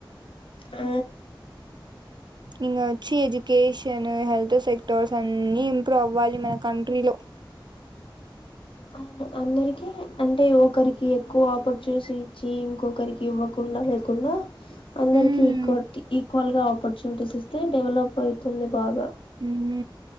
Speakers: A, on the left; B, on the right.
A: ఆ
B: ఇంగ ఒచ్చి ఎజుకేష్ షను హెల్త్ సెక్టార్సన్ని ఇంప్రూవ్ అవ్వాలి మా కంట్రీలో
A: అ అందరికి అం తె ఒకరికి ఎక్కువ ఆపట్ చేసిచ్చి ఇంకొకరికివ్వక్ కుండ లేకుండా అందరికి
B: ఉమ్
A: ఇక్కువటి ఈ ఎక్వల్ గా ఆపర్చునిటీస్ ఇస్తే డెవలప్ అయితుంది బాగా
B: మ్మహు